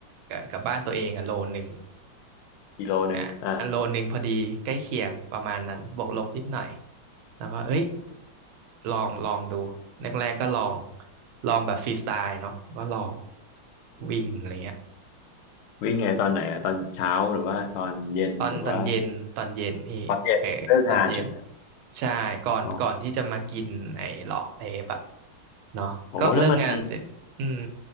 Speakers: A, on the right (about 90°); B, on the left (about 90°).
A: กะกับบ้านตัวเองอ่ะโลนึง
B: กิโลหนึ่งอ่า
A: อ่าอันโลนึงพอดีใกล้เคียงประมาณนั้นบวกลบนิดหน่อยแล้วก็เอ้ยลองลองดูแรกๆก็ลองลองแบบฟรีสไตล์เนาะก็ลอง
B: อืม
A: วิ่งอะไรเงี้ย
B: วิ่งไงตอนไหนอ่ะตอนเช้าหรือว่าตอนเย็นหรือว่า
A: ตอนตอนเย็นตอนเย็นพี่เออตอนเย็น
B: ตอนเย็นเลิกงานใช่ไหม
A: ใช่ก่อนก่อนที่จะมากินไอ้หลอกไอ้เอฟอะ
B: อ๋อ
A: เนาะก็เลิกงานเสร็จอืม
B: โหแล้วมัน